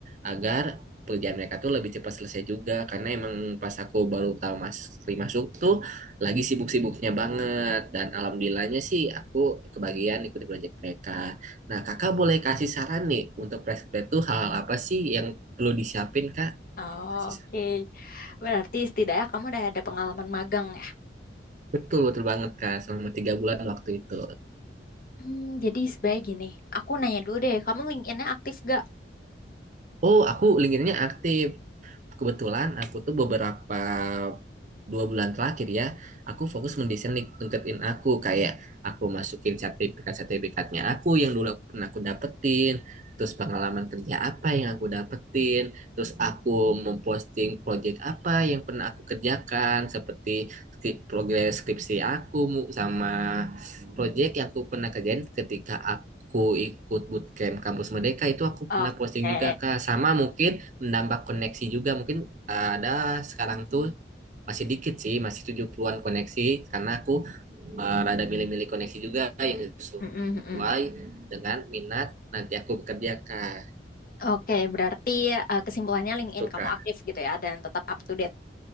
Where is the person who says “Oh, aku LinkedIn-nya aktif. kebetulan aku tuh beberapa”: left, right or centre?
Right